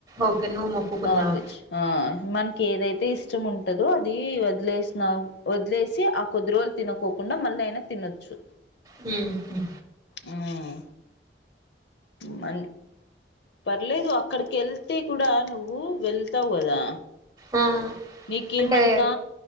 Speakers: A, on the right; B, on the left.
A: ఓకే నువ్వు మొక్కుకున్నావా
B: నాన్ వెజ్ ఆ మనకి ఏదైతే ఇష్టం ఉంటందో అది వదిలేసిన వదిలేసి ఆ కొద్దిరోజలు తినకోకుండా మళ్ళ అయినా తినొచ్చు
A: మ్మ్
B: మ్మ్ మ పర్లేదు అక్కడికి వెళ్తే కూడా నువ్వు వెళ్తావు కదా
A: ఆ
B: నీకేమంతా
A: అంటే